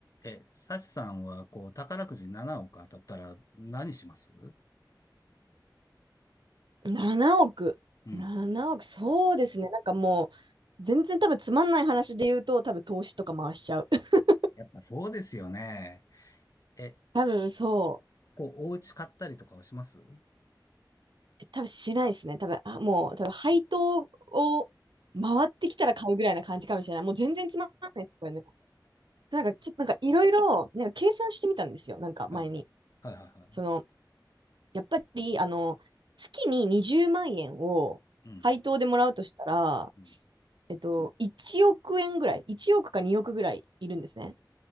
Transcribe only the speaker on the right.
7億。
7億。そうですね。なんかもう、全然多分つまんない話で言うと、多分投資とか回しちゃう。<laughs>
多分そ
う。多分しないですね。多分、あ、もう、多分配当を回ってきたら買うぐらいな感じかもしれない。もう全然つまんないですよね。なんかちょっとなんかいろいろ、なんか計算してみたんですよ。なんか前に。
その、やっぱり、あの、月に20万円を配当でもらうとしたら、
えっと、1億円ぐらい、1億か2億ぐらいいるんですね。